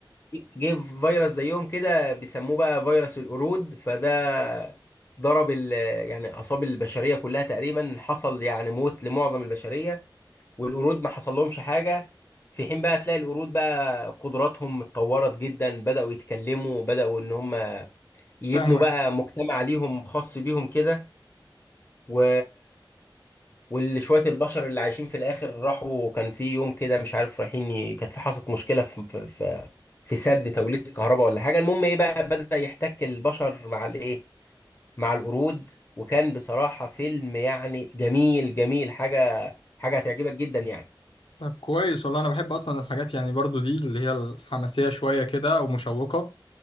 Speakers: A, on the left; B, on the left.
A: جه فيروس زيهم كده بيسموه بقى فيروس القرود فده ضرب ال- يعني اصاب البشريه كلها تقريبا حصل يعني موت لمعظم البشريه والقرود ما حصل لهمش حاجه في حين بقى تلاقي القرود بقى قدراتهم اتطورت جدا بداوا يتكلموا بداوا ان هم
B: فاهمك
A: يبنوا بقى مجتمع ليهم خاص بيهم كده و واللي شويه البشر اللي عايشين في الاخر راحوا كان في يوم كده مش عارف رايحين ي- كانت في حصلت مشكله في في في في سد توليد الكهرباء ولا حاجه المهم ايه بقى بدا يحتك البشر مع الايه مع القرود وكان بصراحه فيلم يعني جميل جميل حاجه حاجه هتعجبك جدا يعني
B: طب كويس والله انا بحب اصلا الحاجات يعني برضو دي اللي هي الحماسيه شويه كده او مشوقه